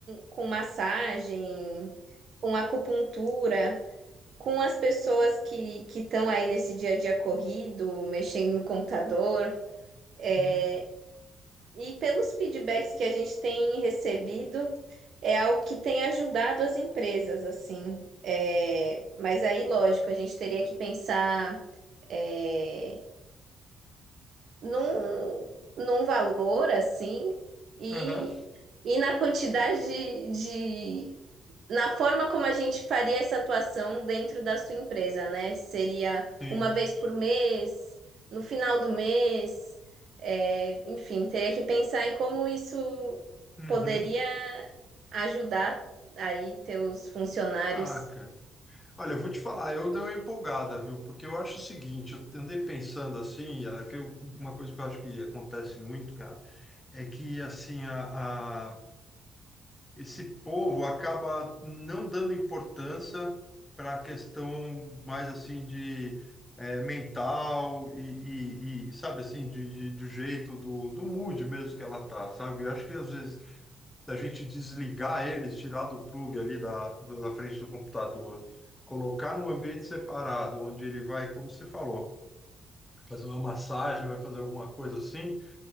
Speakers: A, on the right (about 60°); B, on the left (about 20°).
A: com massagem, com acupuntura, com as pessoas que que estão aí nesse dia a dia corrido, mexendo no computador. É,
B: Uhum.
A: e pelos feedbacks que a gente tem recebido, é algo que tem ajudado as empresas, assim. É, mas aí, lógico, a gente teria que pensar. é, num, num valor assim e,
B: Aham,
A: e na quantidade de, de- na forma como a gente faria essa atuação dentro da sua empresa, né? Seria
B: Sim.
A: uma vez por mês, no final do mês, é, enfim, teria que pensar em como isso
B: Uhum.
A: poderia ajudar aí teus funcionários.
B: Ah, cara. Olha, eu vou te falar, eu dei uma empolgada, viu? Porque eu acho o seguinte, eu andei pensando assim, é que eu- uma coisa que eu acho que acontece muito, cara, é que assim, a, a- esse povo acaba não dando importância para a questão mais assim de eh, mental e, e- e, sabe assim de, de- do jeito do, do mood mesmo que ela tá, sabe? Eu acho que às vezes a gente desligar eles, tirar do plug ali da, do- da frente do computador, colocar num ambiente separado, onde ele vai, como você falou, fazer uma massagem, vai fazer alguma coisa assim.